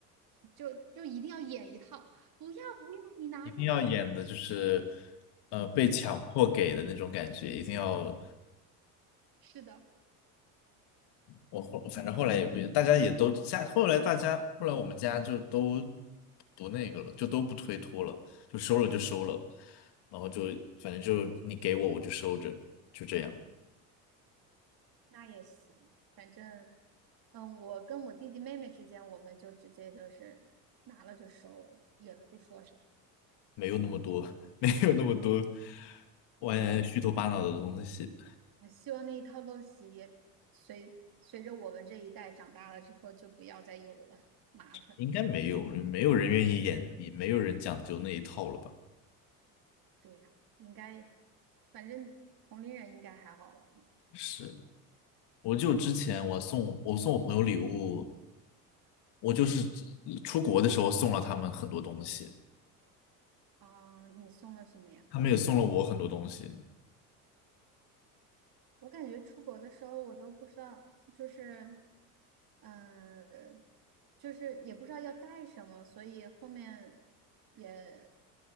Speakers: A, on the right (about 50°); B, on the left (about 60°).
A: 就就一定要演一套，不要不要，你拿着拿。
B: 一定要演的就是呃被强迫给的那种感觉，一定要
A: 是的，
B: 我后反正后来也不，大家也都家后来大家后来我们家就都不那个了，就都不推脱了，就收了就收了，然后就反正就你给我我就收着，就这样，
A: 那也行，反正，嗯，我跟我弟弟妹妹之间，我们就直接就是拿了就收了，也不说啥。
B: 没有那么多 <laughs> 没有那么多歪歪虚头巴脑的东西，
A: 就我希望那一套陋习也随随着我们这一代长大了之后，就不要再有了，麻烦。
B: 应该没有，没有人愿意演，也没有人讲究那一套了吧？
A: 对呀，应该，反正同龄人应该还好了。
B: 是。我就之前我送我送我朋友礼物，我就是出国的时候送了他们很多东西，
A: 啊、你送了什么呀？
B: 他们也送了我很多东西。
A: 我感觉出国的时候，我都不知道，就是，嗯、就是也不知道要带什么，所以后面也，